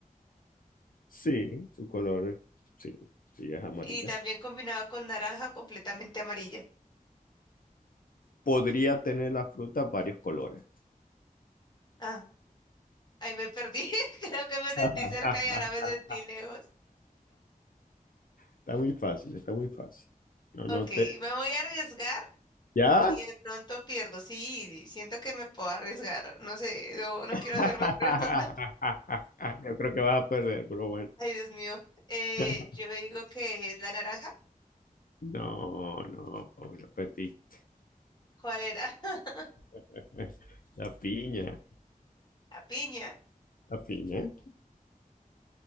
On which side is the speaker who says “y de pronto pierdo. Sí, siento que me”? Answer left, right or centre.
Left